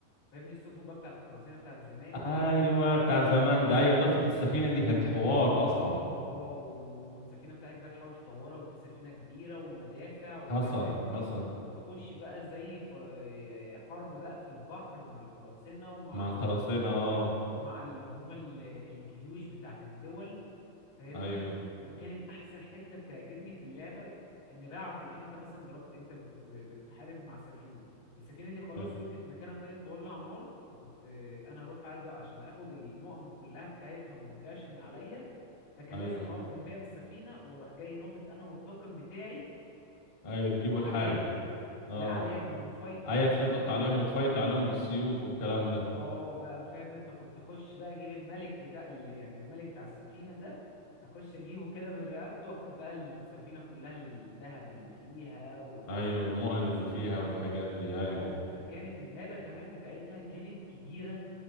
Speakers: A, on the left; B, on the left.
A: فاهمني السفن بقى بتاعت القراصنه بتاعت زمان ديت
B: ايوه
A: و-
B: بتاع زمان ده ايوه اضافه السفينه دي كانت حوار
A: اه
B: اصلا
A: اه والسفينه بتاعتك بقى تحاول تطورها وتجيب سفينه كبيره والمدافع وبتاع
B: حصل
A: فاهمني
B: حصل
A: وتخش بقى زي ف- حرب بقى في البحر مع القراصنه ومع
B: مع القراصنة اه
A: ومع اللي هم ال- الجيوش بتاعت الدول فاهمني
B: ايوه
A: وكانت احسن حتة بتعجبني في اللعبة ان بعد ما انت مثلا ضربت انت كنت ب- بتحارب مع سفينة السفينة دي خلاص
B: حلو
A: وقفت مكانها ابتدت تولع نار فكنت انا اروح اجي عشان اخد المؤن كلها بتاعتها وما تضيعش من عليا فكان
B: ايوه
A: لازم اقف جنبها بالسفينه واروح جاي ناطط انا والطاقم بتاعي
B: ايوه تجيبوا
A: عليها
B: الحاجة اه
A: لا عليهم ونفايتوا
B: ايوه
A: بقى
B: تلطط
A: جوه
B: عليهم وتفايتوا عليهم بالسيوف والكلام ده
A: اه بقى فاهم انت كنت اخش بقى اجيب الملك بتاع ال... يعني الملك بتاع السفينة ده اخش اجيبه كده من رقبته واخد بقى السفينة كلها الذهب اللي فيها ولو فيها
B: ايوه
A: اسلحة
B: والمؤن
A: كويسة
B: اللي فيها والحاجات دي ايوه
A: اه فكانت المابة كمان بتاعتها كانت كبيرة